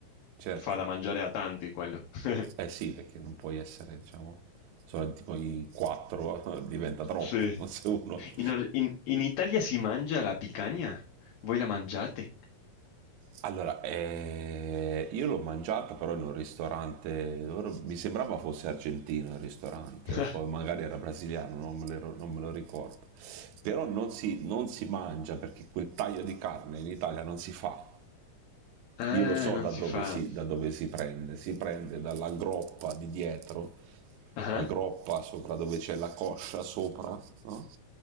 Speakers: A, on the right; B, on the left.
A: certo.
B: fa da mangiare a tanti quello. <laughs>
A: Eh sì, perché non puoi essere, diciamo, solo tipo in quattro <laughs> diventa troppo
B: Sì.
A: se uno
B: In, Or- in- in Italia si mangia la picanha? Voi la mangiate?
A: Allora, eh, io l'ho mangiata però in un ristorante, loro- mi sembrava fosse argentino il ristorante,
B: <laughs>
A: poi magari era brasiliano, non me lo, non me lo ricordo. Però non si, non si mangia perché quel taglio di carne in Italia non si fa.
B: Ah,
A: Io lo so
B: non
A: da
B: si
A: dove
B: fa.
A: si, da dove si prende, si prende dalla groppa di dietro,
B: Ah,
A: la groppa sopra dove c'è la coscia sopra, no?